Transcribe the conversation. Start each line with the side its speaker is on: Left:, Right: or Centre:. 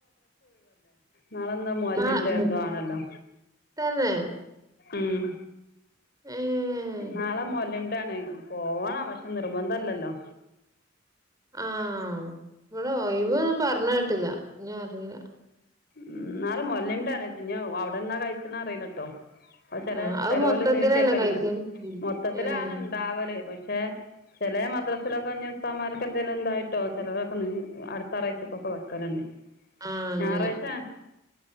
Left: നാളെന്താ മുഅല്ലിം
Right: ആഹ്
Left: ഡേ എന്തോ ആണല്ലോ
Right: തന്നെ
Left: ഉം
Right: ഏഹ്
Left: നാളെ മുഅല്ലിം ഡേ ആണ് പോവണം പക്ഷെ നിർബന്ധല്ലല്ലോ
Right: ആഹ് ഇവിടെ ഒഴിവൊന്നും പറഞ്ഞ് കേട്ടില്ല ഞ്ഞ്റിയില്ല
Left: ഉ നാല മിമടാണച്ചവി അ എന്നാ കഴിച്ച അറിയുന്നട്ടോ അപ്പ ചെല
Right: ആഹ് അത്
Left: ചേലോൽ
Right: മൊത്തത്തിലല്ലേ
Left: നീട്ടിയക്കെലുണ്ട്
Right: കഴിക്കല്
Left: മൊത്തത്തില
Right: ഏഹ്
Left: ആണ് ണ്ടാവല്ല് പക്ഷെ ചില മദ്രാസിലൊക്കെ ഉസ്താദ്മാർക് എന്തെങ്കിലും ഉണ്ടായിട്ടോ ചിലരൊക്കെ അടുത്ത ആറാഴ്ചക്കൊക്കെ വെക്കലുണ്ട്
Right: ആഹ അങ്ങനെ
Left: ഞായറാഴ്ച